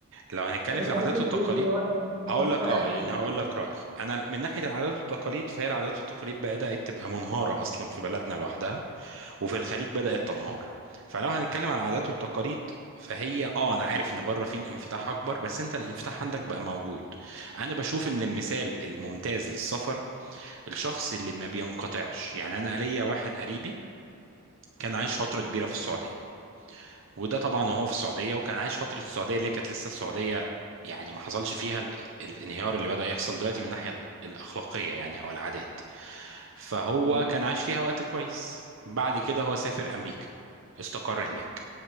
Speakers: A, on the right; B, on the right.
A: لو هنتكلم
B: انت
A: في العادات
B: ممكن
A: والتقاليد
B: تقول لي رايك ممكن
A: هقول
B: انا
A: لك
B: اقتنع
A: اه
B: بيه
A: يعني
B: يعني
A: هقول لك رايي انا من ناحيه العادات والتقاليد فهي العادات والتقاليد بدات تبقى منهاره اصلا في بلدنا لوحدها وفي الخليج بدات تنهار فلو هنتكلم عن العادات والتقاليد فهي اه انا عارف ان بره في انفتاح اكبر بس انت الانفتاح عندك بقى موجود انا بشوف ان المثال الممتاز للسفر الشخص اللي ما بينقطعش يعني انا ليا واحد قريبي كان عايش فتره كبيره في السعوديه وده طبعا وهو في السعوديه وكان عايش فتره السعوديه اللي هي كانت لسه السعوديه يعني ما حصلش فيها ال- الانهيار اللي بدأ يحصل دلوقتي من الناحيه ال- الاخلاقيه يعني او العادات فهو
B: تمام
A: كان عايش فيها وقت كويس بعد كده هو سافر امريكا استقر هناك